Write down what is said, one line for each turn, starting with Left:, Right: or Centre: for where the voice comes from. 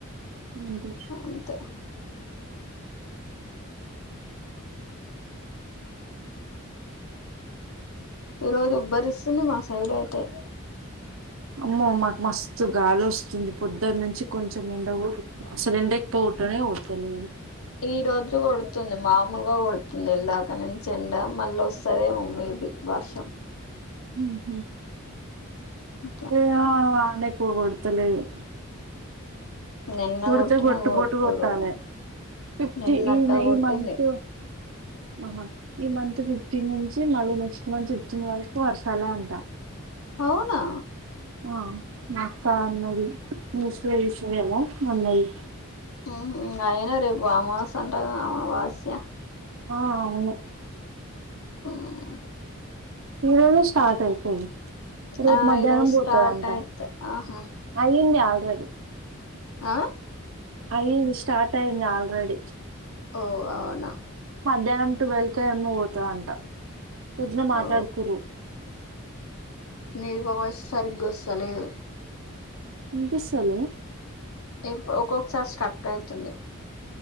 Right: అంతే
Left: అంతే. ఈ రోజు ఉబ్బరిస్తుంది, మా సైడ్ అయితే.
Right: అమ్మో మాకు మస్తు గాలి ఓస్తుంది పొద్దుటినుంచి కొంచెం ఎండ గుడా, అసలు ఎండ ఎక్కువో కొట్టనే కోడ్తలేదు.
Left: ఈ రోజు గోడ్త్ తుంది మామలుగా గొడుతుంది ఇందాక నుంచి ఎండ, మళ్ళ వస్తదేమో మేబి వర్షం.
Right: ఉహుమ్ <unintelligible>
Left: అట్లా
Right: ఎండ ఎక్కువ గొడ్తలేదు.
Left: నిన్న
Right: కోడ్తే
Left: కొట్టిన
Right: పొట్టు,
Left: కొట్టుడు
Right: పోట్టు గొట్టాలే. ఫిఫ్టీన్
Left: నిన్నట్ట
Right: ఇన్
Left: కొట్టింది
Right: ఈ మంత్. ఓహో ఈ మంత్ ఫిఫ్టీన్ నుంచి, మళ్ళీ నెక్స్ట్ మంత్ ఫిఫ్టీన్ వరకు వర్షాలే అంటా.
Left: అవునా.
Right: ఆ మా అక్క అన్నది, ముస్రు వేస్తాదేమో మన్నది.
Left: ఉహుమ్ అయిన రేపు అమావాస అంట కదా అమావాస్య.
Right: ఆ అవును.
Left: ఉమ్మ్
Right: ఈరోజే స్టార్ట్ అయిపోయింది. రేపు
Left: ఆ
Right: మధ్యాహ్నం
Left: ఈరోజు స్టార్ట్
Right: పోతాది అంట,
Left: అయిత ఆహా
Right: అయ్యింది ఆల్రెడీ.
Left: ఆ
Right: అయ్యింది స్టార్ట్ అయ్యింది ఆల్రెడీ
Left: ఓ అవునా
Right: డామ్ టువల్ కో ఏమో పోతాదంట పొద్దున మాట్లాడుకుర్రు
Left: ఓ నీ వాయిస్ సరిగ్గా వస్తలేదు
Right: వినిపిస్తోందా
Left: ఇప్ ఒక్కొక్కసారి స్టక్ అయితుంది